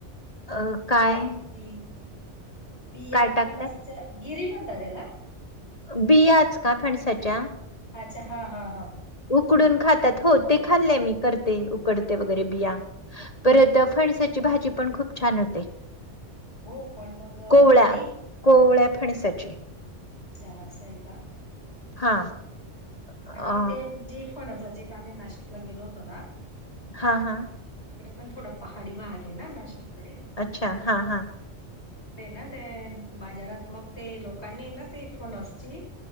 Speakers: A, on the left; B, on the left.
A: अ,
B: गोड
A: काय?
B: लागते. त बिया
A: काय टाकतात?
B: फणसच्या गिरी म्हणत त्याला
A: बियाच का फणसाच्या.
B: अच्छा हा हा हा.
A: उकडून खातात हो ते खाल्ले मी करते उकडते वगैरे बिया. परत फणसाची भाजी पण खूप छान होते.
B: हो पण मग
A: कोवळ्या
B: ती
A: कोवळ्या फणसाची.
B: अच्छा हा अस आहे का?
A: हा अ
B: आणि ते जी फणसाची आम्ही नाशिकला गेलो होतो ना
A: हा हा.
B: इकडे पण थोडा पहाडी भाग आहे ना नाशिककडे.
A: अच्छा हा हा.
B: ते ना ते बाजारात मग ते लोकांनी ना ते फणसची